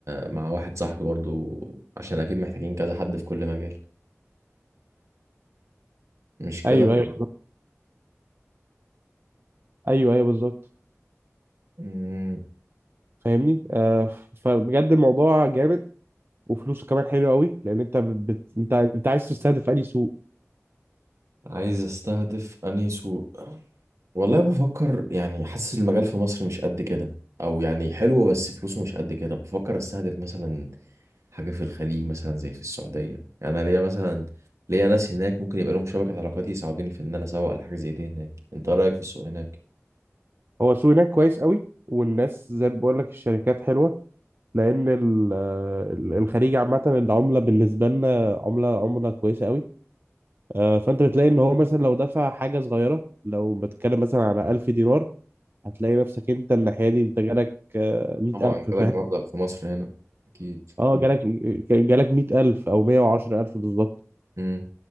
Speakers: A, on the right; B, on the right.
A: مع واحد صاحبي برضو عشان اكيد محتاجين كذا حد في كل مجال مش كده
B: ايوه ايوه بالظبط. ايوه ايوه بالظبط
A: مم،
B: فاهمني آه ف- فبجد الموضوع جامد وفلوسه كمان حلو قوي لان انت بت... بت- انت انت عايز تستهدف اي سوق
A: عايز استهدف انهي سوق والله بفكر يعني حاسس المجال في مصر مش قد كده او يعني حلو بس فلوسه مش قد كده بفكر استهدف مثلا حاجة في الخليج مثلا زي في السعودية يعني أنا ليا مثلا ليا ناس هناك ممكن يبقى لهم شبكة علاقات يساعدوني في إن أنا أسوق لحاجة زي دي هناك أنت رأيك في السوق هناك؟
B: هو السوق هناك كويس قوي والناس زي ما بقول لك الشركات حلوه لان ال- آه، الخليج عامه العمله بالنسبه لنا عمله عمله كويسه قوي آه، فانت بتلاقي ان هو مثلا لو دفع حاجه صغيره لو بتتكلم مثلا على 1000 دينار هتلاقي نفسك انت الناحيه دي انت جالك آه، 100000
A: طبعا
B: فاهم
A: جالك مبلغ في مصر هنا أكيد
B: اه جالك جالك 100000 او 110000 بالظبط
A: امم